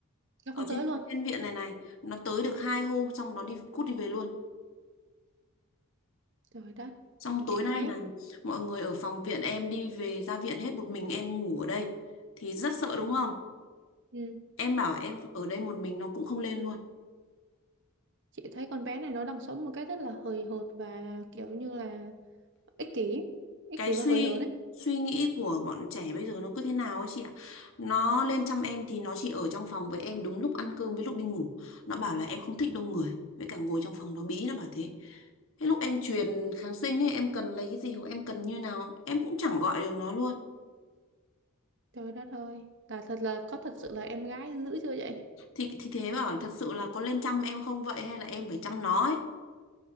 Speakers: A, on the right; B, on the left.
A: Nó
B: ở
A: không
B: trên
A: tới luôn.
B: thiên viện này này nó tới được hai hôm xong nó đi cút đi về luôn
A: Trời đất.
B: xong
A: Chị
B: tối nay
A: thấy
B: là mọi người ở phòng viện em đi về ra viện hết một mình em ngủ ở đây thì rất sợ đúng không
A: ừ.
B: em bảo em ở đây một mình nó cũng không lên luôn
A: Chị thấy con bé này nó đang sống một cách rất là hời hợt và kiểu như là ích kỷ ích
B: cái
A: kỷ
B: suy
A: và hời hợt đấy
B: suy nghĩ của bọn trẻ bây giờ nó cứ thế nào ấy chị ạ nó lên chăm em thì nó chỉ ở trong phòng với em đúng lúc ăn cơm với lúc đi ngủ nó bảo là em không thích đông người với cả ngồi trong phòng nó bí nó bảo thế cái lúc em truyền kháng sinh ấy em cần lấy cái gì hoặc em cần như nào em cũng chẳng gọi được nó luôn
A: trời đất ơi là thật là có thật sự là em gái dữ chưa vậy
B: thì thì thế bảo thật sự là có lên chăm em không vậy hay là em phải chăm nó ấy